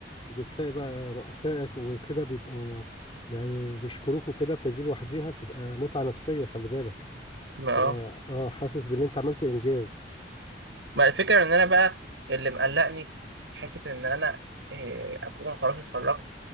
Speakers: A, on the left; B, on the right.
A: وبتلاقي بقى رؤسائك وكده بيبقوا يعني بيشكروك وكده فدي لوحديها بتبقى متعة نفسية خلي بالك
B: ما
A: بتبقى
B: اه
A: اه حاسس بان انت عملت انجاز
B: ما الفكرة ان انا بقى اللي مقلقني حتة ان انا إيه، اكون خلاص اتخرجت